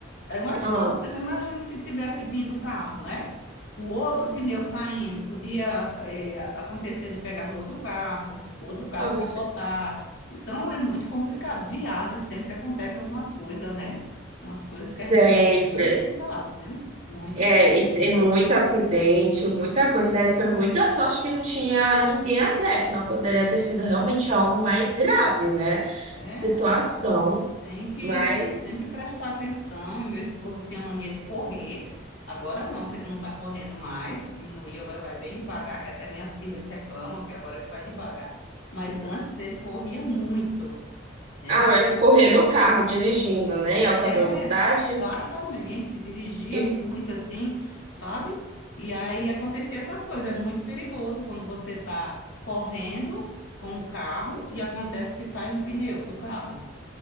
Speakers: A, on the left (about 80°); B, on the right (about 35°).
A: é uma estrada.
B: Ah,
A: Você já imagina se tivesse vindo o carro, né? O outro pneu saindo, podia é, acontecer de pegar no outro carro, o outro carro
B: aconteceu.
A: capotar. Então é muito complicado. Viagem sempre acontece algumas coisas, né? Umas coisas que a
B: Sempre.
A: gente tem que ter muito cuidado, né? Muito
B: É,
A: cuidado.
B: e tem muito acidente, muita coisa. Daí foi muita sorte que não tinha ninguém atrás, senão poderia ter sido realmente algo mais grave, né?
A: É,
B: Situação.
A: Tem que
B: Mas
A: sempre prestar atenção. E meu esposo tinha mania de correr. Agora não, que ele não está correndo mais, diminuiu, agora vai bem devagar, que até minhas filhas reclamam que agora ele vai devagar. Mas antes ele corria muito. Era
B: Ah, mas correr no carro dirigindo, né, em alta
A: é,
B: velocidade
A: exatamente, dirigia
B: e-
A: muito assim, sabe? E aí acontecia essas coisas. É muito perigoso quando você está correndo com o carro e acontece que sai um pneu do carro.